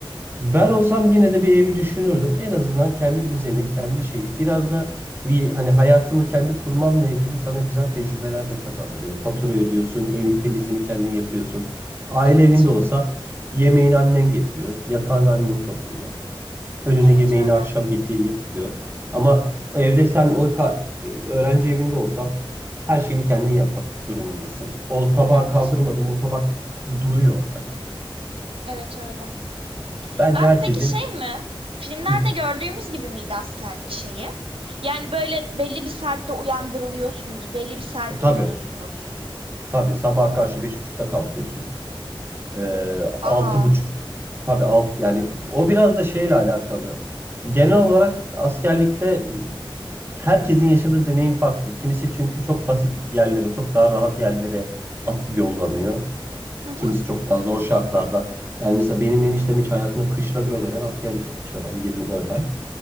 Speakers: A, on the right; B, on the right.
A: ben olsam yine de bir evi düşünürdüm. En azından kendi
B: Hı hı.
A: düzenin, kendi şeyin. Biraz da bu ye- hani hayatını kendi kurmanla ilgili sana güzel tecrübeler de kazandırıyor. Fatura ödüyorsun, evin temizliğini kendin yapıyorsun. Aile
B: Evet.
A: evinde olsa yemeğini annen getiriyor, yatağını annen topluyor. Önüne
B: Evet
A: yemeğini
B: öyle.
A: akşam gittiğinde yapıyor. Ama evde sen o ka- e, öğrenci evinde olsan her şeyini kendin yapmak durumundasın. O tabağı
B: Evet.
A: kaldırmadım, o tabak duruyor orada.
B: Evet öyle.
A: Bence
B: Abi
A: herkesin
B: peki şey mi? Filmlerde
A: Hı.
B: gördüğümüz gibi miydi askerlik şeyi? Yani böyle belli bir saatte uyandırılıyorsunuz, belli bir saatte
A: Tabii.
B: uyuyorsunuz.
A: Tabii sabaha karşı beş buçukta kalkıyorsun. Ee,
B: Aa.
A: altı buçuk tabii alt yani o biraz da şeyle alakalı. Genel olarak askerlikte e, herkesin yaşadığı deneyim farklı. Kimisi çünkü çok basit yerlere, çok daha rahat yerlere at yollanıyor.
B: Hı hı.
A: Kimisi çok daha zor şartlarda. Yani mesela benim eniştem hiç hayatında kışla görmeden askerlik yapmış adam 24 ay.